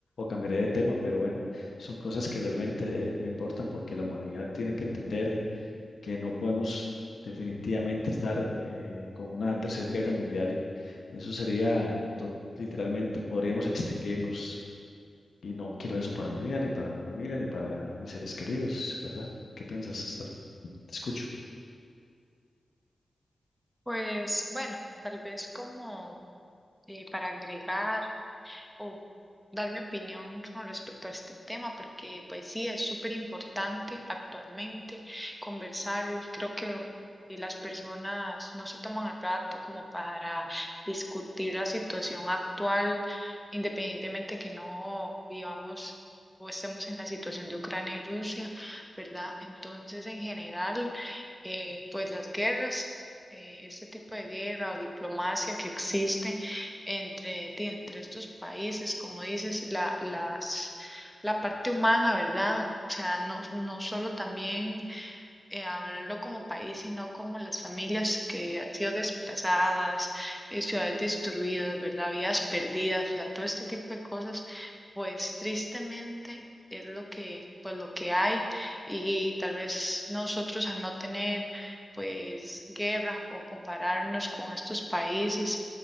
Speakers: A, on the left; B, in the centre.
A: cambiaré de tema, pero bueno, son cosas que realmente eh, me importan porque la humanidad tiene que entender que no podemos definitivamente estar eh, con una tercera guerra mundial. Eso sería, to- literalmente, podríamos extinguirnos y no quiero eso para mi vida, ni para mi familia, ni para mis seres queridos, ¿verdad? ¿Qué piensas, Esther? Te escucho.
B: Pues bueno, tal vez como eh, para agregar. o dar mi opinión con respecto a este tema, porque pues sí, es súper importante actualmente conversarlo. Creo que eh, las personas no se toman el rato como para discutir la situación actual, independientemente que no vivamos o estemos en la situación de Ucrania y Rusia, ¿verdad? Entonces, en general, eh, pues las guerras, eh, este tipo de guerra o diplomacia que existe entre, ti- entre estos países, como dices, la, las, la parte humana, ¿verdad? O sea, no, no solo también eh, hablarlo como país, sino como las familias que han sido desplazadas, eh, ciudades destruidas, ¿verdad? Vidas perdidas, o sea, todo este tipo de cosas, pues tristemente es lo que, pues lo que hay y tal vez nosotros al no tener pues guerra o compararnos con estos países.